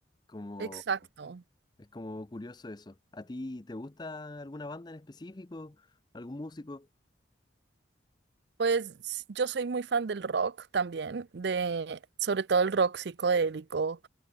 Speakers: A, on the left; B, on the right.
A: Como,
B: Exacto.
A: es como curioso eso. ¿A ti te gusta alguna banda en específico? ¿Algún músico?
B: Pues s- yo soy muy fan del rock también, de sobre todo el rock psicodélico